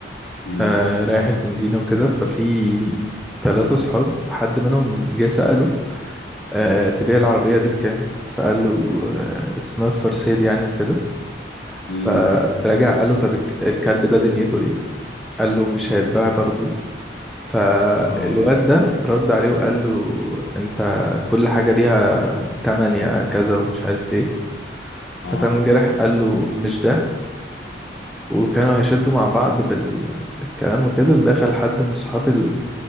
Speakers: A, on the left; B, in the centre.
A: امم
B: آه، رايح البنزينة وكده ففي ثلاثة صحاب حد منهم جه سأله آه، تبيع العربية دي بكام فقال له آه، it's not for sale يعني وكده
A: امم
B: فرجع قال له طب الك- الكلب ده دنيته ايه قال له مش هيتباع برضه فالواد
A: اه
B: ده رد عليه وقال له انت كل حاجة ليها تمن يا كذا ومش عارف ايه
A: اه
B: فتن جرح قال له مش ده وكانوا هيشدوا مع بعض بال... بالكلام وكده دخل حد من صحاب ال...